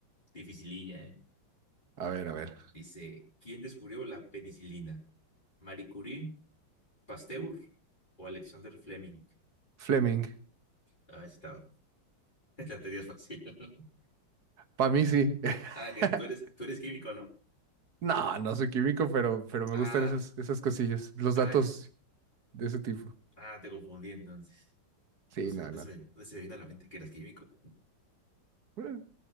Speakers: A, on the left; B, on the right.
A: dificililla, ¿eh?
B: A ver, a ver.
A: Dice, ¿quién descubrió la penicilina? ¿Marie Curie, Pasteur o Alexander Fleming?
B: Fleming.
A: Ah, está. <laughs> La teoría es fácil. <laughs>
B: Para mí sí. <laughs>
A: Ah, que tú eres, tú eres químico, ¿no?
B: No, no soy químico, pero, pero me
A: Ah,
B: gustan esas, esas cosillas, los
A: ah,
B: datos de ese tipo.
A: Ah, te confundí entonces.
B: Sí,
A: No sé
B: no,
A: dónde
B: no.
A: se me, dónde se me vino a la mente que eras químico.
B: Bueno,